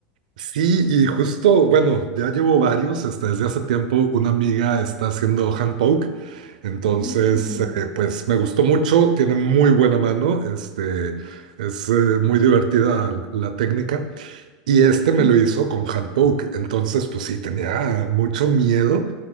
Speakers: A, on the right; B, on the left.
A: Sí, y justo, bueno, ya llevo varios, este, desde hace tiempo una amiga está haciendo hand poke, entonces,
B: Ujú, <laughs>
A: eh, pues me gustó mucho, tiene muy buena mano, este, es eh, muy divertida la, la técnica, y este me
B: ujú,
A: lo hizo con hand poke, entonces, pues sí, tenía mucho miedo,